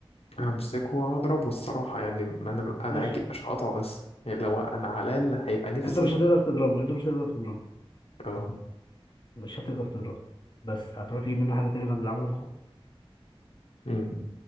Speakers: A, on the left; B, on the left.
A: همسكه وهضربه الصراحه يعني انا انا
B: ماشي
A: اكيد مش هقطعه بس يعني لو انا على الاقل هيبقى نفسي
B: انت مش هتقدر تضربه انت مش هتقدر تضربه
A: اه
B: مش هتقدر تضربه بس هتروح تجيب منه حاجه تاني بعد اللي عمله في اخوك
A: امم.